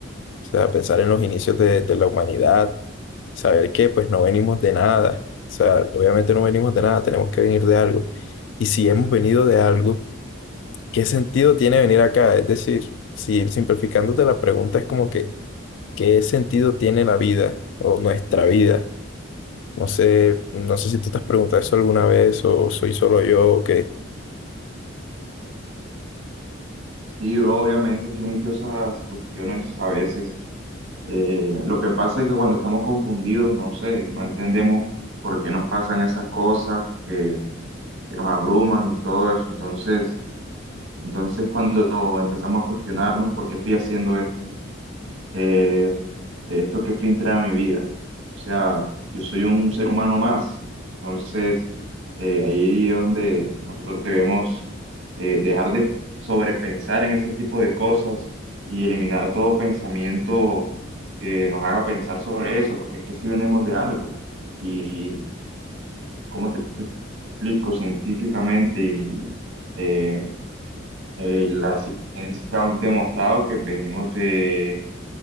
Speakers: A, on the left; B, on the right.
A: O sea, pensar en los inicios de, de la humanidad, saber que pues no venimos de nada. O sea, obviamente no venimos de nada, tenemos que venir de algo. Y si hemos venido de algo, ¿qué sentido tiene venir acá? Es decir, si simplificándote la pregunta es como que, ¿qué sentido tiene la vida o nuestra vida? No sé, no sé si tú te has preguntado eso alguna vez o soy solo yo o qué.
B: Sí, bro, obviamente sí me he hecho esas cuestiones a veces. Eh, lo que pasa es que cuando estamos confundidos, no sé, no entendemos por qué nos pasan esas cosas que, que nos abruman y todo eso. Entonces, entonces cuando empezamos a cuestionarnos por qué estoy haciendo esto, eh, de esto que fin trae a mi vida. O sea, yo soy un ser humano más. Entonces, eh, ahí es donde nosotros debemos eh, dejar de sobrepensar en ese tipo de cosas y eliminar todo pensamiento que nos haga pensar sobre eso, porque es que si venimos de algo. Y cómo te explico científicamente y eh, eh, la ciencia ha demostrado que venimos de